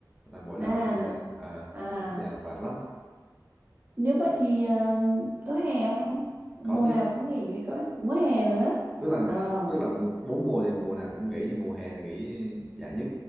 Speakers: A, in the centre; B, on the right.
A: là mỗi
B: à,
A: lần ở nhà
B: n-
A: à,
B: à
A: mỗi lần ở nhà là mệt lắm
B: Nếu vậy thì ờ, có hè không anh? Mùa
A: có chứ
B: nào cũng nghỉ vì có cũng có hè nữa.
A: tức là
B: Ờ.
A: tức là mùa- bốn mùa thì mùa nào cũng nghỉ nhưng mùa hè thì nghỉ dài nhất